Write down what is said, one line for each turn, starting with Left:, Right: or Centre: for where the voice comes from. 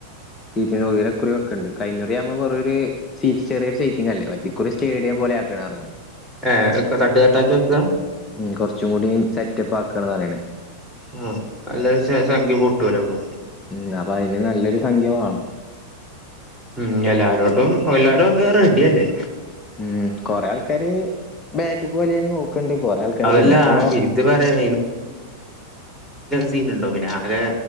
Left: സീറ്റിങ് സാകാര്യം ഈ കുറി വെക്കും ഉണ്ട്. കഴിഞ്ഞാ കൂറി നമ്മൾ ചെറിയ ഒരു സീറ്റ് ചെറിയൊ സ ല്ലേ മറ്റേ സ്റ്റഡിയം പോലെ ഞാനാണ്
Centre: ഏ തട്ടു തട്ടാക്കി വെക്കുക
Left: ഉം കുറച്ചും കൂടി സെറ്റപ്പ് ആക്കണന്ന് പറയണേ
Centre: ആഹ നല്ലുംഒരു സംഖ്യ പൊട്ടുലോ അപ്പൊ
Left: ഉം അപ്പൊ അതിന് നല്ലൊരു സംഖ്യ ആണോ
Centre: ഉം എല്ലാരോട്ടും എല്ലാരും ഒക്കെ റെഡി അല്ലേ
Left: ഉം കൊറെ ആൾക്കാര് ബാക്ക് ക്ക് വലിയാനും നോക്കണ്ട് കൊറെ ആൾക്കാര്
Centre: അതല്ല
Left: പിന്നെപ്പോ
Centre: ഇത് പറയാ സീൻ ഉണ്ടോ പിന്നെ ആകെ